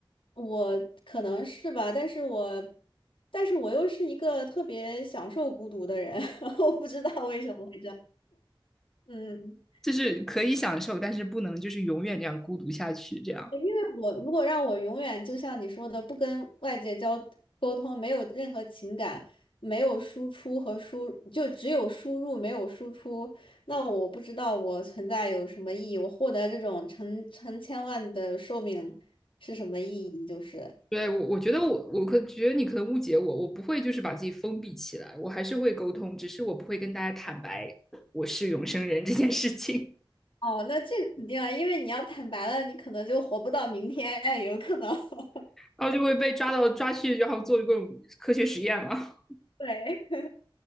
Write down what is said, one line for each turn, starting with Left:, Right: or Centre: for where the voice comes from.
Left: 我可能是吧，但是我，但是我又是一个特别享受孤独的人，<laughs> 我不知道为什么会这样。嗯，
Centre: <laughs> 就是可以享受，但是不能就是永远这样孤独下去，这样。
Left: 但我如果让我永远就像你说的，不跟外界交沟通，没有任何情感，没有输出和输，就只有输入没有输出，那我不知道我存在有什么意义，我获得这种成成千万的寿命是什么意义？就是。
Centre: 对，我我觉得我我可觉得你可能误解我，我不会就是把自己封闭起来，我还是会沟通，只是我不会跟大家坦白我是永生人这件事情，
Left: 哦，那这个肯定啊，因为你要坦白了，你可能就活不到明天也有可能。<laughs>
Centre: 然后就会被抓到抓去，然后做各种科学实验了。
Left: 对，